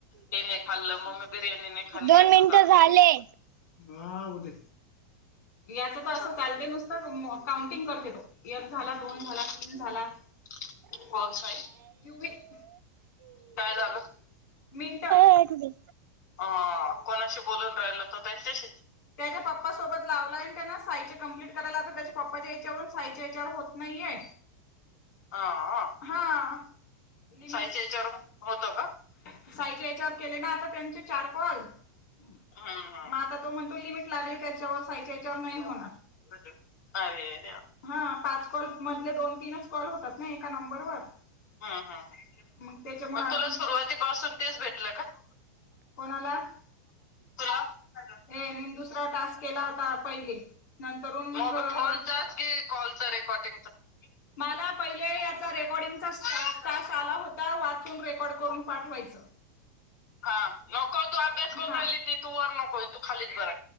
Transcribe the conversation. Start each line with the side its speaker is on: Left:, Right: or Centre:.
Left: नाही खाल्लं मम्मी बिर्याणी नाही खाल्ली
Right: दोन
Left: असं
Right: मिनिट
Left: चालतं
Right: झाले.
Left: ते तिचं. हा. होऊदे, याच तर असं चालते नुसत म काउंटिंग करते तो. एक झाला, दोन झाला, तीन झाला <unintelligible> काय झालं? मिंट-
Right: काय कुठे?
Left: अ. कोणाशी बोलून राहिला तो त्यांच्याशीच. त्याच्या पप्पासोबत लावलाय न त्यान साईच्या कंप्लेंट करायला आता त्याच्या पप्पाच्या याच्या वरून साईच्या याच्यावर होत नाहीेये. आ. हा. साईच्या याच्यावरून होत का? साईच्या याच्यावरून केले ना आता त्यांचे चार कॉल. हा. हा. म आता तो म्हणतो लिमिट लागेल, त्याच्यावर साइच्या याच्यावर नाही होणार. अरे देवा! हा. पाच कॉल मधले दोन तीनच कॉल होतात ना एका नंबरवर. ह ह ह मग त्याच्या मुळ मग, तुलाच. सुरुवातीपासून तेच भेटल का? कोणाला? तुला. ये मी दुसरा टास्क केला होता पहिले. नंतरून- मग फोनचाच की? कॉलचा रेकॉर्डिंगचा. मला पहिले याचा रेकॉर्डिंगचा टास्क आला होता. वाचून रेकॉर्ड करून पाठवायचा. <unintelligible> हा नको तू अभ्यास करून राहिली ती. तू वर नको तू खालीच बराय.